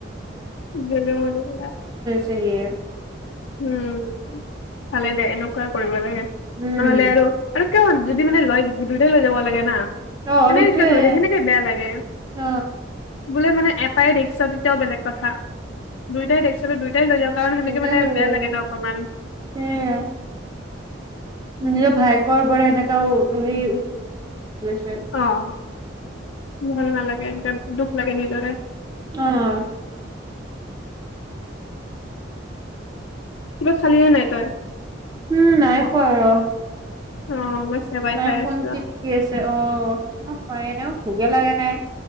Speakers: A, on the left; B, on the right.
A: জনে মন কৰা।
B: চেএ
A: উম, ভালে দে এনেকুৱাই কৰিব লাগে।
B: উম,
A: নহলে আৰু, কিয়? যদি মানে লয়, দুইটাই লৈ যাব লাগে না।
B: অ
A: সেনেকে
B: সেইটোয়ে
A: থৈ দিয়ে, সেনেকে বেয়া লাগে।
B: অ
A: বোলে মানে ইয়াপাই দেখিছ তেতিয়াও বেলেগ কথা। দুইটাই দেখিছিলো, দুইটাই লৈ যাওঁ, কাৰণ সেনেকে
B: দেউতাই
A: মানে
B: লৈ
A: বেয়া
B: যায়
A: লাগে ন, অকমান
B: সেয়াই
A: উম
B: নিজৰ ভায়েকৰ পৰা সেনে <unintelligible>
A: অ' ভাল নালাগে এনেকে, দুখ লাগে নিজৰে
B: অ'!
A: কিবা খালিহে নাই তই?
B: উম, নাই খোৱা। ৰ
A: অ মই চেৱাই
B: মায়ে
A: খাই
B: ফোন
A: আছো ৰ।
B: টিপ কি আছে। অ' মোক ক এনে ভোগে লগা নাই।